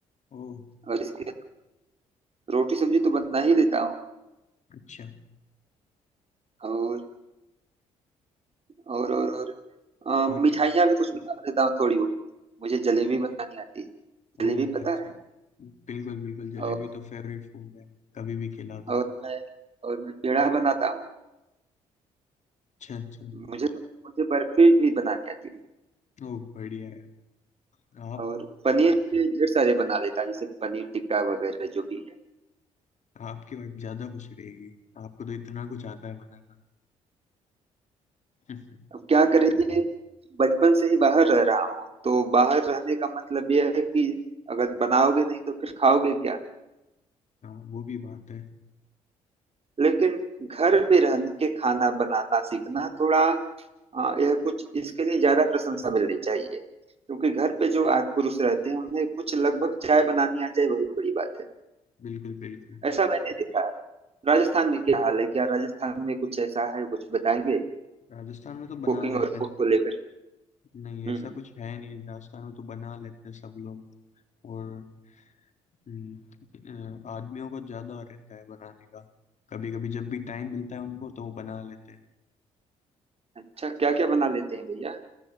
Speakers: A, on the left; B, on the right.
A: ओह
B: और इसके रोटी सब्जी तो बना ही लेता हूँ
A: अच्छा
B: और और और और अ,
A: और
B: मिठाइयाँ
A: क्या
B: भी कुछ बना लेता हूँ थोड़ी बहुत मुझे जलेबी बनानी आती है
A: ओह
B: जलेबी पता
A: अच्छा
B: है
A: बिल्कुल बिल्कुल जलेबी
B: और
A: तो फेवरेट फूड है कभी भी खिला दो
B: और मैं और मैं पेड़ा बनाता हूँ
A: अच्छा अच्छा
B: मुझे मुझे बर्फी भी बनानी आती है
A: ओह बढ़िया है आप
B: और पनीर के ढेर सारे बना लेता हूँ जैसे पनीर टिक्का वगैरह जो भी है
A: आपकी वाइफ ज़्यादा खुश रहेगी आपको तो इतना कुछ आता है बनाना <laughs>
B: अब क्या करें कि बचपन से ही बाहर रह रहा हूँ तो बाहर रहने का मतलब यह है कि अगर बनाओगे नहीं तो फिर खाओगे क्या
A: हाँ वो भी बात है
B: लेकिन घर पे रह के खाना बनाना सीखना थोड़ा अ, यह कुछ इसके लिए ज्यादा प्रशंसा मिलनी चाहिए क्योंकि घर पे जो आज पुरुष रहते हैं उन्हें कुछ लगभग चाय बनानी आ जाए वही बड़ी बात है
A: बिल्कुल बिल्कुल
B: ऐसा मैंने देखा है राजस्थान में क्या हाल है क्या राजस्थान में कुछ ऐसा है कुछ बताएंगे
A: राजस्थान में तो
B: कुकिंग
A: बना लेते
B: और फूड
A: हैं
B: को लेकर
A: नहीं
B: हम्म
A: ऐसा कुछ है नहीं राजस्थान में तो बना लेते हैं सब लोग और हम्म, अ, आदमियों को ज्यादा रहता है बनाने का कभी कभी जब भी टाइम मिलता है उनको तो वो बना लेते हैं
B: अच्छा क्या क्या बना लेते हैं भैया